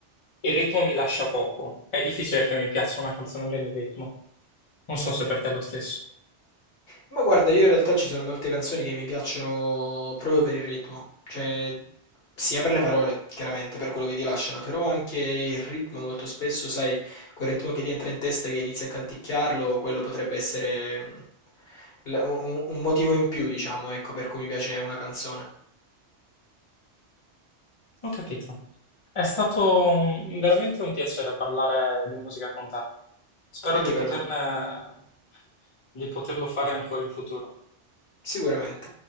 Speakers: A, on the left; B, on the left.
A: Il ritmo mi lascia poco, è difficile che mi piaccia una canzone per il ritmo. Non so se per te è lo stesso.
B: Ma guarda, io in realtà ci sono molte canzoni che mi piacciono proprio per il ritmo, cioè sia per le parole, chiaramente, per quello che ti lasciano, però anche il ritmo molto spesso, sai, quel ritmo che ti entra in testa e che inizi a canticchiarlo, quello potrebbe essere mm, l- un, un- un motivo in più, diciamo, ecco, per cui mi piace una canzone.
A: Ho capito. È stato un- veramente un piacere parlare di musica con te. Spero
B: Anche
A: di poterne,
B: per me,
A: di poterlo fare ancora in futuro.
B: sicuramente.